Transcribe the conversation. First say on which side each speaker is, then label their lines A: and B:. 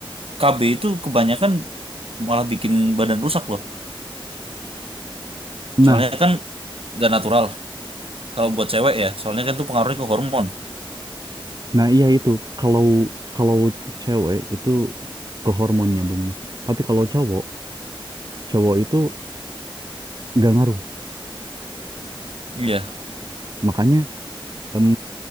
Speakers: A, on the right; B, on the right.
A: KB itu kebanyakan malah bikin badan rusak loh.
B: Nah,
A: Soalnya kan gak natural kalau buat cewek ya, soalnya kan itu pengaruhnya ke hormon.
B: Nah, iya itu. Kalau kalau cewek itu ke hormon nyambungnya. Tapi kalau cowok, cowok itu nggak ngaruh.
A: Iya,
B: Makanya em,